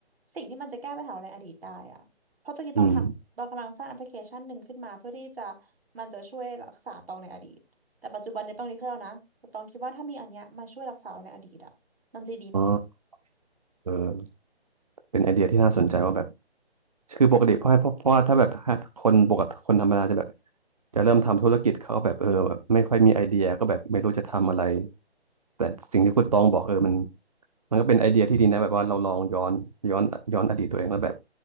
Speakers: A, on the right; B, on the right.
A: สิ่งที่มันจะแก้ปัญหาในอดีตได้อะเพราะตอนนี้ต้องทำเรากำลังสร้างแอปพลิเคชันหนึ่งขึ้นมาเพื่อที่จะ
B: อืม
A: มันจะช่วยรักษาตองในอดีตแต่ปัจจุบันเนี่ยต้องดีขึ้นแล้วนะแต่ตองคิดว่าถ้ามีอันเนี้ยมาช่วยรักษาเราในอดีตอะมันจะดี
B: อ๋อเออเป็นไอเดียที่น่าสนใจว่าแบบ คือปกติเพราะเพราะเพราะว่าถ้าแบบคนปกติคนธรรมดาจะแบบจะเริ่มทำธุรกิจเขาแบบเออแบบไม่ค่อยมีไอเดียก็แบบไม่รู้จะทำอะไรแต่สิ่งที่คุณตองบอกเออมันมันก็เป็นไอเดียที่ดีนะแบบว่าเราลองย้อนย้อนย้อนอดีตตัวเองแล้วแบบ